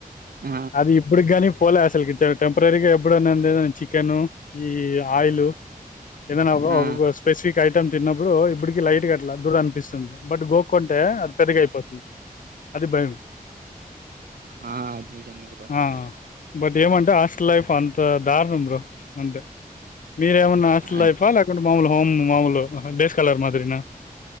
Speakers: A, on the right; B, on the left.
A: ఆ!
B: అది ఇప్పుడుకి కానీ పోలే అసలుకి ఇచ్చా టెంపరరీ గా ఎప్పుడున్నా చికెను ఈ ఆయిల్ ఏదనా ఒక
A: ఆ!
B: ఓ స్పేస్ ఐటమ్ తిన్నప్పుడు ఇప్పుడుకి లైట్ గా అట్లా దురద అనిపిస్తుంది బట్ గోకుంటే అది పెద్దగాయిపోతుంది అది భయం
A: హా అది జామే బ్రో
B: ఆ బట్ ఏమంటే హాస్టల్ లైఫ్ అంత దారుణం బ్రో అంతే మీరేమన్నా హాస్టల్
A: అద్
B: లైఫా ల్యాకున్ <unintelligible> మాములు ఆహా డేస్ కలర్ మాదిరినా